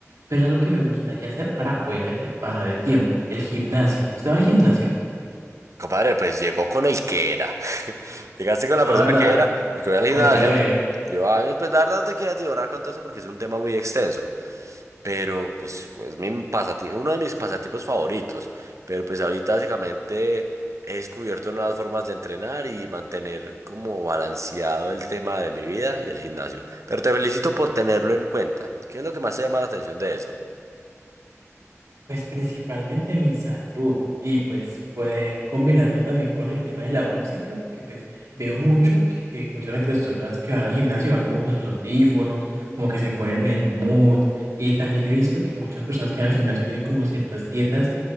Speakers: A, on the right; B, on the right.
A: pero es algo que me gustaría hacer para, obviamente, pasar el tiempo. El gimnasio. ¿Usted va al gimnasio?
B: Compadre, pues llegó con el que era. <laughs> Llegaste con la
A: Ah,
B: persona
A: ¿verdad?
B: que era, porque voy al gimnasio.
A: Cuente a ver.
B: Yo, años, pues la verdad no te quiero atiborrar con todo eso porque es un tema muy extenso. Pero pues es mi pasati- uno de mis pasatiempos favoritos. Pero pues ahorita básicamente he descubierto nuevas formas de entrenar y mantener como balanceado el tema de mi vida y el gimnasio. Pero te felicito por tenerlo en cuenta. ¿Qué es lo que más te llama la atención de eso?
A: Pues principalmente mi salud y pues poder combinarlo también con el tema de la música, porque pues veo mucho que, que muchas veces las personas que van al gimnasio van como con sus audífonos, como que se ponen en el mood. Y también he visto que muchas personas que van al gimnasio tienen como ciertas dietas